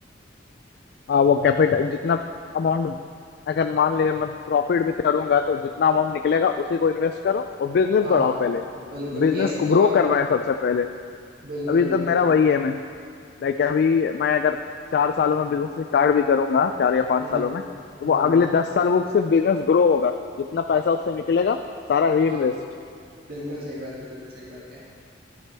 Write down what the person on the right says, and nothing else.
हाँ
हाँ बिल्कुल
ये सब
तुम्हारे
बिल्कुल
बिल्कुल
हम्म
हम्म
हाँ बिल्कुल सही बात है बिल्कुल सही बात है